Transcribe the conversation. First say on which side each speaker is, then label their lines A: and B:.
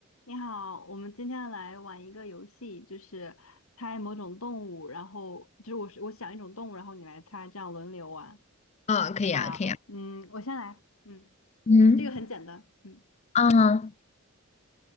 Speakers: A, on the left; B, on the left.
A: 你好，我们今天来玩一个游戏，就是猜某种动物，然后就是我是我想一种动物，然后你来猜，这样轮流玩。
B: 啊，可以啊，
A: 好，
B: 可以啊。
A: 嗯，我先来，嗯，
B: 嗯，
A: 这个很简单，嗯，
B: 啊，